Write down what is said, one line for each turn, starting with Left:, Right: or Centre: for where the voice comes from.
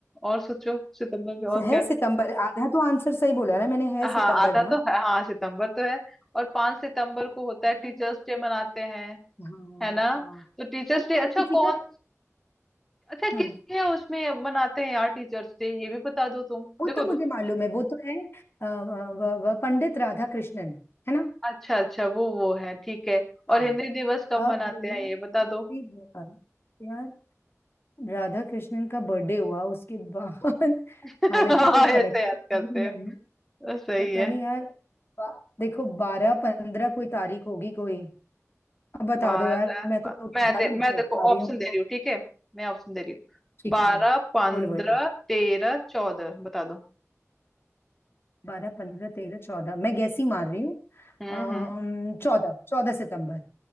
Centre: और सोचो सितंबर में और
Left: है
Centre: क्या
Left: सितंबर आधा तो आंसर सही बोला ना मैंने है
Centre: हाँ
Left: सितंबर
Centre: आधा
Left: ना
Centre: तो है हाँ सितंबर तो है और पांच सितंबर को होता है टीचर्स
Left: हाँ
Centre: डे मनाते हैं
Left: हाँ
Centre: है ना तो टीचर्स
Left: अरे
Centre: डे
Left: यार
Centre: अच्छा
Left: किसी
Centre: कौन
Left: का
Centre: अच्छा
Left: हम्म
Centre: किसके उसमें मनाते हैं यार टीचर्स डे ये भी बता दो तुम
Left: वो
Centre: देखो
Left: तो
Centre: दो,
Left: मुझे
Centre: दो
Left: मालूम
Centre: कुछ।
Left: है वो तो है अ, अ, व- व- पंडित राधा कृष्णन है
Centre: अच्छा अच्छा वो वो है ठीक है और
Left: ना
Centre: हिंदी दिवस कब
Left: अब
Centre: मनाते हैं ये बता दो
Left: फिर यार राधा कृष्णन का बर्थडे हुआ उसके बाद <laughs>
Centre: <laughs>
Left: हालांकि कोई
Centre: हाँ, ऐसे
Left: कनेक्शन
Centre: याद करते
Left: नहीं है
Centre: हैं सही
Left: पता
Centre: है
Left: नहीं यार बा- देखो बारह पंद्रह कोई तारीख होगी कोई अब बता
Centre: बारह
Left: दो यार मैं तो
Centre: मैं
Left: ज्यादा
Centre: दे,
Left: नहीं
Centre: मैं
Left: सोच
Centre: देखो
Left: पा रही
Centre: ऑप्शन
Left: हूँ
Centre: दे रही हूँ ठीक है मैं ऑप्शन दे रही हूँ
Left: ठीक
Centre: बारह
Left: है बोलो
Centre: पंद्रह
Left: बोलो बोलो बोलो।
Centre: तेरह चौदह बता दो
Left: बारह पंद्रह तेरह चौदह मैं गैस ही मार रही हूँ
Centre: हम्म
Left: अम्म
Centre: हम्म
Left: चौदह चौदह सितंबर